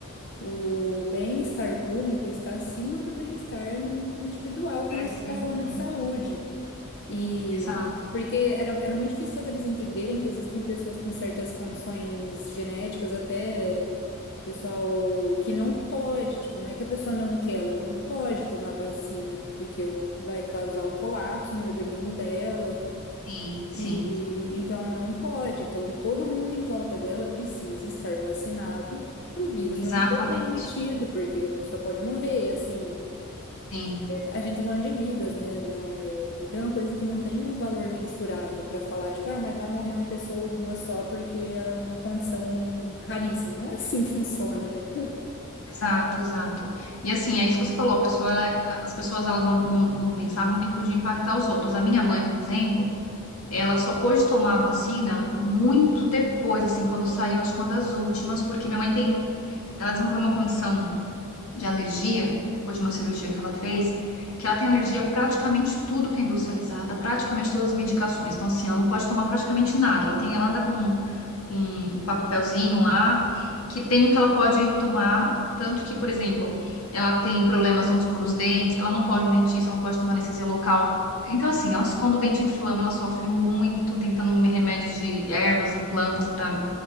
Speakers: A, on the left (about 55°); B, on the left (about 85°).
A: o bem-estar público está acima do bem-estar in- individual quando
B: Perfeitamente.
A: você está falando de saúde. E
B: Exato.
A: porque era, era muito difícil fazer eles entenderem que existem pessoas com certas condições genéticas, até pessoal que não pode, tipo, não é que a pessoa não quer, ela não pode tomar vacina, porque vai causar um colapso no organismo dela,
B: Sim, sim,
A: e então ela não pode. Então todo mundo em volta dela precisa estar vacinado para o vírus
B: exatamente.
A: não ser transmitido, porque a pessoa pode morrer, e assim.
B: Sim,
A: A gente tá falando de vidas, né? Não é, vida é uma coisa que não tem um valor mensurável pra falar, tipo, ah, mas vai morrer uma pessoa ou duas só porque é uma condição raríssima. Não é assim que funciona, né?
B: exato, exato. E assim, é isso que você falou, a pessoa, ela- as pessoas elas não, não, não pensavam que podia impactar os outros. A minha mãe, por exemplo, ela só pôde tomar a vacina muito depois, assim, quando saiu, acho que uma das últimas, porque minha mãe tem, ela desenvolveu uma condição. de alergia, depois de uma cirurgia que ela fez, que ela tem alergia a praticamente tudo que é industrializado, praticamente todas as medicações. Então, assim, ela não pode tomar praticamente nada. Ela tem, ela anda com, com um papelzinho lá que tem o que ela pode tomar, tanto que, por exemplo, ela tem problemas, vamos por os dentes, ela não pode ir no dentista, ela não pode tomar anestesia local. Então, assim, elas, quando o dente inflama, ela sofre muito tentando remédios de ervas e plantas para